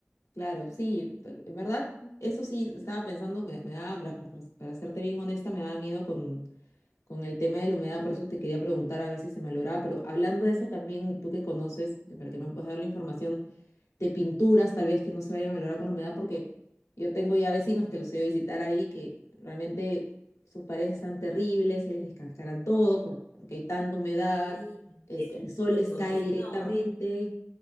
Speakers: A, on the left (about 85°); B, on the left (about 60°).
A: Claro, sí, tal- en verdad, eso sí, estaba pensando, me, me daba, la- para para serte bien honesta, me daba miedo con, con el tema de la humedad, por eso te quería preguntar a ver si se me lograba, pero hablando de eso también, y tú que conoces, que para que me puedas dar la información de pinturas, tal vez que no se vayan a valorar con la humedad, porque yo tengo ya vecinos que los he ido a visitar ahí, que realmente sus paredes están terribles, se les descascaran todo, por- porque hay tanta humedad,
B: Y
A: el,
B: eso
A: el
B: es
A: sol
B: cierto.
A: les cae
B: Y
A: directamente,
B: no,